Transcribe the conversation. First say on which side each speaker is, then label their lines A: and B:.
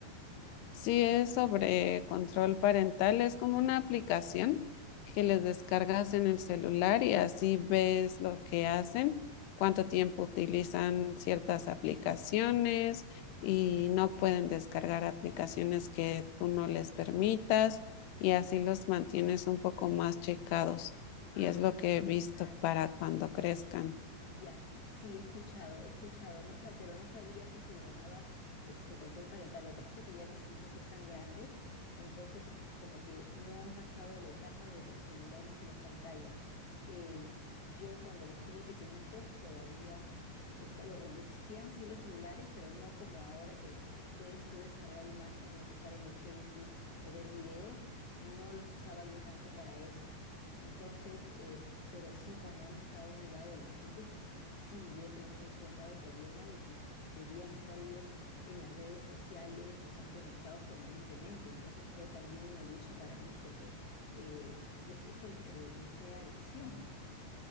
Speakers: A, on the left; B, on the left.
A: Sí, es sobre control parental, es como una aplicación que les descargas en el celular y así ves lo que hacen, cuánto tiempo utilizan ciertas aplicaciones y no pueden descargar aplicaciones que tú no les permitas y así los mantienes un poco más checados
B: Ah,
A: y es lo que he visto
B: claro.
A: para cuando crezcan.
B: Ya, sí, he escuchado, he escuchado, no sa- pero no sabía que se llamaba este control parental. Lo que pasa es que ya mis hijos están grandes, entonces como que no han pasado la etapa de los celulares y las pantallas. Eh, yo cuando los tuve pequeñitos todavía esta- bueno, existían sí los celulares, pero no como ahora que puedes tú descargar imágenes, estar en el Facebook o ver videos. No los usaba yo tanto para eso. Entonces, eh, pero sí, cuando han estado ya adolescentes Sí, yo te- he enfrentado el problema de que querían estar ellos en las redes sociales y estar conectados permanentemente. Entonces fue también una lucha para mí porque eh, les- esto les, cre- les crea adicción.